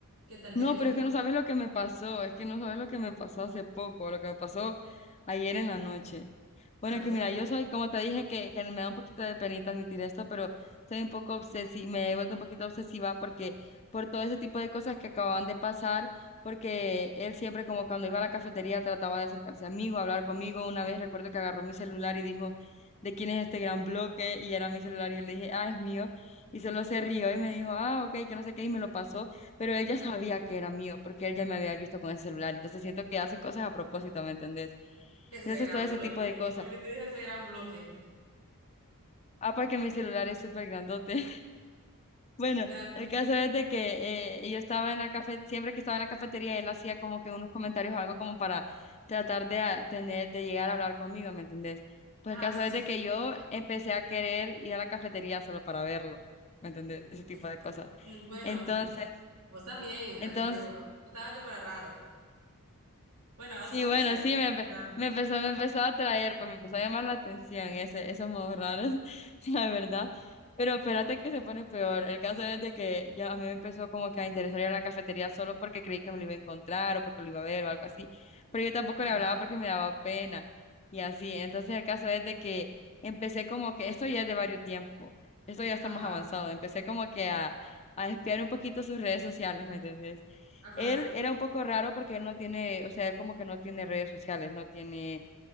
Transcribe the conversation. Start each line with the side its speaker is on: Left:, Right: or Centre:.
Right: que tal
Left: No,
Right: vez eso
Left: pero
Right: es
Left: es
Right: normal.
Left: que no sabes lo que me pasó, es que no sabes lo que me pasó hace poco, lo que me pasó ayer en la noche. Bueno,
Right: Ajá,
Left: es que
Right: ¿qué
Left: mira,
Right: te pasó?
Left: yo soy,
Right: <laughs>
Left: como te dije, que, que me da un poquito de penita admitir esto, pero soy un poco obsesiva, me he vuelto un poquito obsesiva porque por todo ese tipo de cosas que acababan de pasar, porque él siempre como cuando iba a la cafetería trataba de acercarse a mí o hablar conmigo. Una vez recuerdo que agarró mi celular y dijo, ¿de quién es este gran bloque? Y era mi celular y yo le dije, ah, es mío. Y solo se rió y me dijo, ah, ok, que no sé qué, y me lo pasó, pero él ya sabía que era mío porque él ya me había visto con ese celular. Entonces siento que hace cosas a propósito, ¿me entendés?
Right: Ese
Left: Entonces,
Right: gran
Left: todo ese
Right: bloque,
Left: tipo de cosas.
Right: ¿y por qué te digo ese gran bloque?
Left: Ah, porque mi celular es súper grandote. <laughs> Bueno,
Right: Gran...
Left: el caso es de que eh, yo estaba en la cafetería, siempre que estaba en la cafetería, él hacía como que unos comentarios o algo como para tratar de a- tener, de llegar a hablar conmigo, ¿me entendés? Pues
Right: Ah,
Left: el caso
Right: sí,
Left: es
Right: sí,
Left: de que yo empecé a querer ir a la cafetería solo para verlo, ¿me entendés? Ese
Right: pucha.
Left: tipo de cosas.
Right: Bueno.
Left: Entonces,
Right: Vos también,
Left: entonces,
Right: así que vos gustaba que fuera raro. Bueno, a
Left: Sí,
Right: vos te gusta
Left: bueno, sí,
Right: que
Left: me,
Right: que
Left: empe-
Right: sea raro.
Left: me empezó, me empezó a atraer, pues me empezó a llamar la atención ese, esos modos raros, <laughs> la verdad. Pero espérate que se pone peor. El caso es de que ya a mí me empezó como que a interesar ir a la cafetería solo porque creí que me lo iba a encontrar o porque lo iba a ver o algo así. Pero yo tampoco
Right: Ajá,
Left: le hablaba porque me daba pena y así. Entonces el caso es de que empecé como que, esto ya es de varios tiempo, esto ya estamos
Right: ajá.
Left: avanzados. Empecé como que a, a espiar un poquito sus redes sociales, ¿me entendés?
Right: Ajá.
Left: Él era un poco raro porque él no tiene, o sea, él como que no tiene redes sociales, no tiene,